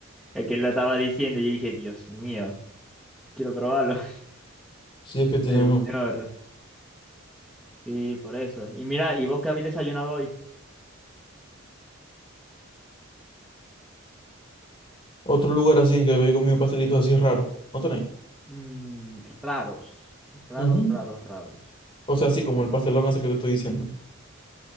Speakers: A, in the centre; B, on the left.
A: Es que él lo estaba diciendo y yo dije, Dios mío, quiero probarlo. <laughs>
B: Si es que tienen
A: Señor.
B: un-
A: Sí, por eso. Y mira, ¿y vos qué habéis desayunado hoy?
B: otro lugar así en que habéis comido pastelitos así raros, ¿no tenéis?
A: Mm, raros, raros,
B: Ujú.
A: raros, raros.
B: O sea, así como el pastelón ese que te estoy diciendo.